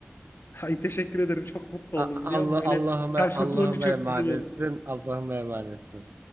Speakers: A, on the left (about 65°); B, on the right (about 60°).
A: <laughs> Ay teşekkür ederim. Çok mutlu
B: A-
A: oldum biliyor
B: Allah
A: musun? Böyle
B: Allah'ıma
A: karşılıklı
B: Allah'ıma
A: olunca çok
B: emanetsin.
A: güzel oldu.
B: Allah'ıma emanetsin.